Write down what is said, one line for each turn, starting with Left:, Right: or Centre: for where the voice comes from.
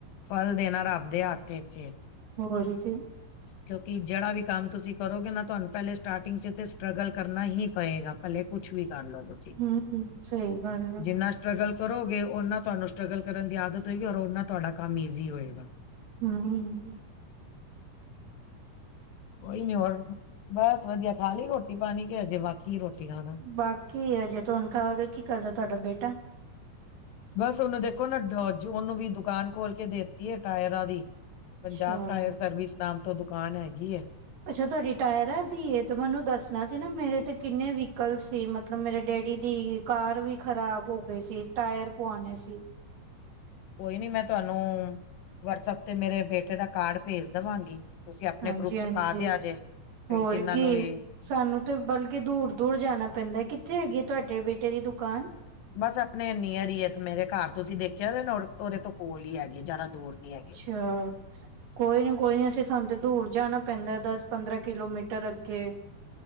Left: ਫਲ ਦੇਣਾ ਰੱਬ ਦੇ ਹੱਥ ਵਿੱਚ ਏ।
Right: ਹੋਰ ਕੀ।
Left: ਕਿਉਂਕਿ ਜਿਹੜਾ ਵੀ ਕੰਮ ਤੁਸੀਂ ਕਰੋਗੇ ਨਾ, ਤੁਹਾਨੂੰ ਪਹਿਲੇ ਸਟਾਰਟਿੰਗ ਚ ਤੇ ਸਟਰਗਲ ਕਰਨਾ ਹੀ ਪਏਗਾ। ਭਲੇ ਕੁੱਛ ਵੀ ਕਰ ਲੋ ਤੁਸੀਂ
Right: ਹੰ ਹੰ ਸਹੀ ਗੱਲ ਐ।
Left: ਜਿੰਨਾ ਸਟਰਗਲ ਕਰੋਗੇ, ਉਹਨਾਂ ਤੁਹਾਨੂੰ ਸਟਰਗਲ ਕਰਨ ਦੀ ਆਦਤ ਹੋਏਗੀ। ਔਰ ਉਹਨਾਂ ਤੁਹਾਡਾ ਕੰਮ ਈਜ਼ੀ ਹੋਏਗਾ।
Right: ਹੰ
Left: ਕੋਈ ਨੀ ਹੋਰ ਬਸ ਵਦੀਆ ਖਾ ਲਈ ਰੋਟੀ ਪਾਨੀ ਕੇ ਹਜੇ ਬਾਕੀ ਰੋਟੀ ਖਾਨਾ।
Right: ਬਾਕੀ ਏ ਆਜੇ ਤੁਹਾਨੂੰ ਕਹਾ ਕੀ ਕਰਦਾ ਤੁਹਾਡਾ ਬੇਟਾ।
Left: ਬਸ ਉਹਨੂੰ ਦੇਖੋ ਨਾ ਦਾ ਢ ਜੋ ਉਹਨੂੰ ਵੀ ਦੁਕਾਨ ਖੋਲ ਕੇ ਦੇ ਹੈ, ਟਾਇਰਾਂ ਦੀ ਪੰਜਾਬ
Right: ਅੱਛਾ,
Left: ਟਾਇਰ ਸਰਵਿਸ ਨਾਮ ਤੋਂ ਦੁਕਾਨ ਹੈਗੀ ਐ।
Right: ਅੱਛਾ ਤੁਹਾਡੀ ਟਾਇਰਾਂ ਦੀਏ ਤੇ ਮੈਨੂੰ ਦੱਸਣਾ ਸੀ ਨਾ ਮੇਰੇ ਤੇ ਕਿੰਨੇ ਵੀਹੀਕਲ ਸੀ ਮਤਲਬ ਮੇਰੇ ਡੈਡੀ ਦੀ ਕਾਰ ਵੀ ਖ਼ਰਾਬ ਹੋਗੀ ਸੀ, ਟਾਇਰ ਪੁਆਣੇ ਸੀ।
Left: ਕੋਈ ਨੀ ਮੈਂ ਤੁਹਾਨੂੰ ਵਟਸਐਪ ਤੇ ਮੇਰੇ ਬੇਟੇ ਦਾ ਕਾਰਡ ਭੇਜ ਦੇਵਾਂਗੀ, ਤੁਸੀਂ ਆਪਨੇ
Right: ਹਾਂਜੀ-ਹਾਂਜੀ,
Left: ਗਰੁੱਪ ਚ ਪਾ ਦਿਆ ਜੇ ਤੇ
Right: ਹੋਰ
Left: ਜਿਹਨਾਂ
Right: ਕੀ।
Left: ਨੂੰ ਵੀ
Right: ਸਾਨੂੰ ਤਾਂ ਬਲਕਿ ਦੂਰ -ਦੂਰ ਜਾਨਾ ਪੈਂਦਾ, ਕਿੱਥੇ ਹੈਗੀ ਏ ਤੁਹਾਡੇ ਬੇਟੇ ਦੀ ਦੁਕਾਨ
Left: ਬਸ ਆਪਨੇ ਨੀਅਰ ਈ ਐ ਇੱਕ ਮੇਰੇ ਘਰ ਤੁਸੀਂ ਦੇਖਿਆ ਵੇ ਨਾ ਉਹਦੇ ਤੋਂ ਕੋਲ ਹੀ ਹੈਗੀ ਜ਼ਿਆਦਾ ਦੂਰ ਨੀ ਹੈਗੀ ਐ।
Right: <unintelligible> ਕੋਈ ਨੀ ਕੋਈ ਨ ਅਸੀਂ ਸਾਨੂੰ ਤੇ ਦੂਰ ਜਾਨਾ ਪੈਂਦਾ ਏ ਦਸ ਪੰਦਰਾਂ ਕਿਲੋਮੀਟਰ ਅੱਗੇ। <inaudible>